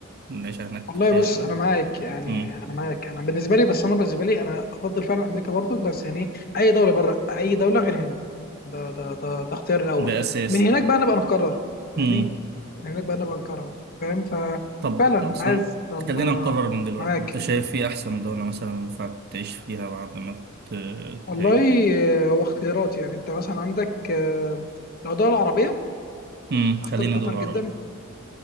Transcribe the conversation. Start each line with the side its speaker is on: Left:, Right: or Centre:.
Right: العيشة هناك
Left: والله
Right: فيها
Left: بص انا معاك يعني
Right: مم.
Left: انا معاك انا بالنسبه لي بس انا بالنسبه لي انا افضل فعلا امريكا برضو بس يعني اي دوله بره اي دوله غير هنا ده ده ده, ده اختيار الاول
Right: ده أساسي
Left: من هناك بقى نبقى نقرر يعني
Right: مم.
Left: من هناك بقى نبقى نقرر فاهم ففعلا
Right: طب مثلا
Left: انا عايز لما
Right: خلينا نقرر من دلوقتي
Left: معاك
Right: أنت شايف إيه أحسن دولة مثلا ينفع تعيش فيها بعد ما ت-
Left: والله
Right: تهاجر
Left: آه، هو اختيارات يعني انت مثلا عندك آه، لو دوله عربيه
Right: امم
Left: اختار
Right: خلينا
Left: قطر
Right: دول عربي
Left: جدا